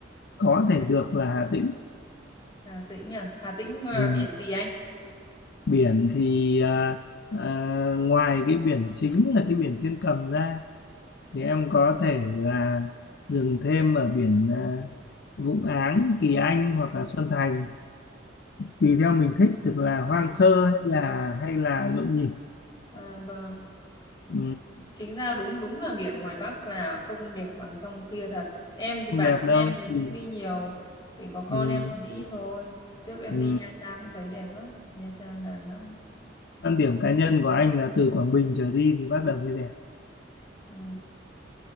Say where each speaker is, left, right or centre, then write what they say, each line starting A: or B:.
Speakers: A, on the left (about 60°); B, on the left (about 25°).
A: có thể được là Hà Tĩnh.
B: Hà Tĩnh à? Hà Tĩnh ờ,
A: Ừ.
B: biển gì anh?
A: Biển thì à, à, ngoài cái biển chính là cái biển Thiên Cầm ra thì em có thể là dừng thêm ở biển à, Vũng Áng, Kỳ Anh hoặc là Xuân Thành tùy theo mình thích tức là hoang
B: Vâng.
A: sơ hay là hay là nhộn nhịp
B: À, vâng.
A: ừ,
B: Chính ra đúng đúng là biển ngoài Bắc là không đẹp bằng trong kia thật. Em thì
A: không
B: bản
A: đẹp
B: thân
A: đâu
B: em thì
A: ừ,
B: cũng đi nhiều, thì có con
A: ừ,
B: em là đi ít thôi. Trước em
A: ừ.
B: đi Nha Trang cũng thấy đẹp lắm. Nha Trang, Đà Nẵng
A: quan điểm cá nhân của anh là từ Quảng Bình trở đi thì bắt đầu mới đẹp
B: Ừ,